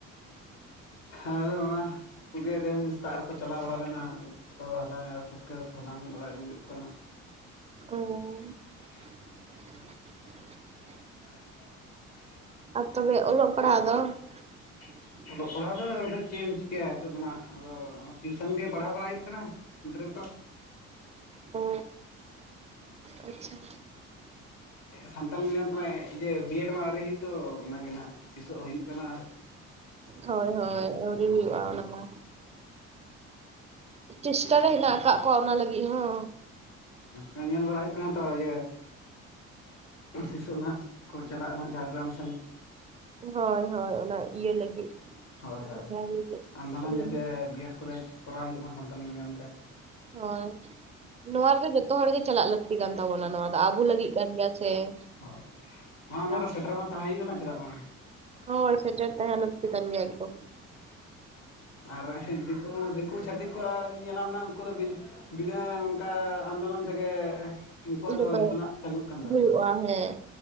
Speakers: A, on the left; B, on the right.
A: ᱟᱫᱚ ᱚᱱᱟ ᱠᱚᱜᱮ ᱛᱮᱦᱮᱧ ᱥᱮᱛᱟᱜ ᱨᱮᱠᱚ ᱪᱟᱞᱟᱣ ᱵᱟᱲᱟ ᱞᱮᱱᱟ ᱠᱚ ᱦᱟᱞᱟᱝᱟ ᱯᱩᱴᱠᱟᱹᱣ ᱠᱚ ᱦᱟᱞᱟᱝ ᱵᱟᱲᱟ ᱟᱹᱜᱩᱠᱮᱫ ᱠᱚᱣᱟ ᱦᱟᱸᱜ
B: ᱚ
A: ᱦ
B: <unintelligible>
A: <unintelligible>
B: ᱟᱨ ᱛᱚᱵᱮ ᱚᱞᱚᱜ ᱯᱟᱲᱦᱟᱜ
A: <unintelligible>
B: ᱫᱚ <inaudible>
A: ᱚᱞᱚᱜ ᱯᱟᱲᱦᱟᱜ ᱫᱚ ᱱᱤᱛᱚᱜ ᱪᱮᱫ ᱮᱢ ᱪᱤᱠᱟᱹᱭᱟ ᱱᱤᱛᱚᱜ ᱫᱚ ᱱᱟᱜ ᱟᱫᱚ ᱴᱤᱭᱩᱥᱚᱱ ᱜᱮ ᱯᱟᱲᱦᱟᱣ ᱵᱟᱲᱟᱭ ᱦᱩᱭᱩᱜ ᱠᱟᱱᱟ ᱜᱤᱫᱽᱨᱟᱹ ᱠᱚ
B: ᱚ ᱟᱪᱪᱷᱟ
A: ᱥᱟᱱᱛᱟᱞ ᱢᱤᱰᱤᱭᱟᱢ ᱛᱮᱢᱟ ᱮ ᱵᱤᱭᱮᱰ ᱢᱟ ᱟᱹᱣᱨᱤ ᱦᱩᱭᱩᱜ ᱛᱚ ᱚᱱᱟᱜᱮ ᱱᱟᱜ ᱛᱤᱥᱚᱜ ᱦᱩᱭᱩᱜ ᱠᱟᱱᱟ
B: ᱦᱳᱭ ᱦᱳᱭ ᱟᱹᱣᱨᱤ ᱦᱩᱭᱩᱜᱼᱟ ᱚᱱᱟ ᱢᱟ᱾ ᱪᱮᱥᱴᱟ ᱨᱮ ᱦᱮᱱᱟᱜ ᱟᱠᱟᱫ ᱠᱚᱣᱟ ᱚᱱᱟ ᱞᱟᱹᱜᱤᱫ ᱦᱚᱸ᱾
A: ᱦᱮᱸ ᱧᱮᱞ ᱵᱟᱲᱟ ᱦᱩᱭᱩᱜ ᱠᱟᱱᱟ ᱛᱚ ᱤᱭᱟᱹ ᱛᱤᱥᱚᱜ ᱱᱟᱦᱟᱜ ᱠᱚ ᱪᱟᱞᱟᱜᱼᱟ ᱱᱟᱦᱟᱜ ᱡᱷᱟᱲᱜᱨᱟᱢ ᱥᱮᱱ᱾
B: ᱦᱳᱭ ᱦᱳᱭ ᱚᱱᱟ ᱤᱭᱟᱹ ᱞᱟᱹᱜᱤᱫ᱾
A: ᱦᱳᱭ ᱦᱳᱭ
B: ᱵᱷᱮᱜᱟᱨ ᱞᱟᱹᱜᱤᱫ
A: ᱟᱱᱫᱳᱞᱚᱱ
B: ᱨᱮᱞᱤ
A: ᱡᱟᱛᱮ ᱵᱤᱮᱰ ᱠᱚᱞᱮᱡᱽ ᱠᱚᱨᱟᱣ ᱦᱩᱭᱩᱜ ᱢᱟ ᱥᱟᱱᱛᱟᱞᱤ ᱢᱤᱰᱤᱭᱟᱢ ᱛᱮ᱾
B: ᱦᱳᱭ ᱱᱚᱣᱟ ᱨᱮᱫᱚ ᱡᱚᱛᱚ ᱦᱚᱲ ᱜᱮ ᱪᱟᱞᱟᱜ ᱞᱟᱹᱠᱛᱤ ᱠᱟᱱ ᱛᱟᱵᱚᱱᱟ ᱱᱚᱣᱟ ᱟᱵᱩ ᱞᱟᱹᱜᱤᱫ ᱠᱟᱱ ᱜᱮᱭᱟ ᱥᱮ ᱦᱮᱸ
A: ᱦᱳᱭ ᱢᱟ ᱚᱱᱟᱨᱮ
B: ᱾
A: ᱥᱮᱴᱮᱨ ᱦᱚᱸ ᱛᱟᱦᱮᱸ ᱦᱩᱭᱩᱜ ᱨᱮᱱᱟᱜ ᱪᱟᱞᱟᱜ ᱵᱟᱝ᱾
B: ᱦᱳ ᱥᱮᱴᱮᱨ ᱛᱟᱦᱚᱸ ᱞᱟᱠᱛᱤ ᱠᱟᱱ ᱜᱮᱭᱟ ᱮᱠᱫᱚᱢ᱾
A: ᱟᱨ ᱫᱤᱠᱩ ᱫᱤᱠᱩ ᱪᱷᱟᱹᱛᱤᱠ ᱠᱚᱣᱟᱜ ᱧᱮᱞᱟᱢ ᱦᱜ ᱩᱱᱠᱩ ᱫᱚ ᱵᱤ ᱵᱤᱱᱟᱹ ᱱᱚᱝᱠᱟ ᱟᱱᱫᱳᱞᱚᱱ ᱛᱮᱜᱮ ᱩᱱᱠᱩᱣᱟᱜ
B: ᱡᱚᱛᱚ
A: ᱫᱚ ᱡᱷᱚᱛᱚᱱᱟᱜ ᱪᱟᱹᱞᱩᱜ ᱠᱟᱱ ᱛᱟᱠᱚᱣᱟ
B: ᱦᱩᱭᱩᱜᱼᱟ ᱦᱮᱸ